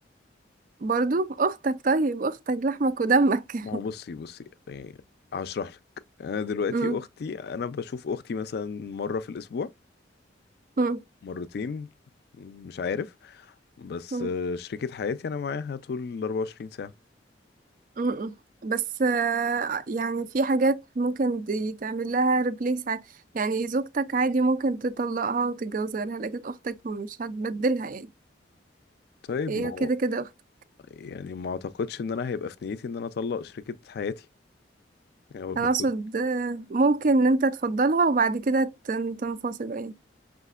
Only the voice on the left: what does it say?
ما هو بصي بصي يعني هشرح لك انا دلوقتي
اختي انا بشوف اختي مثلا مرة في الاسبوع
مرتين مش عارف بس
آه، شريكة حياتي انا معاها طول ال 24 ساعة
طيب
ما هو
يعني ما اعتقدش ان انا هيبقى في نيتي ان انا اطلق شريكة حياتي يعني هو المفروض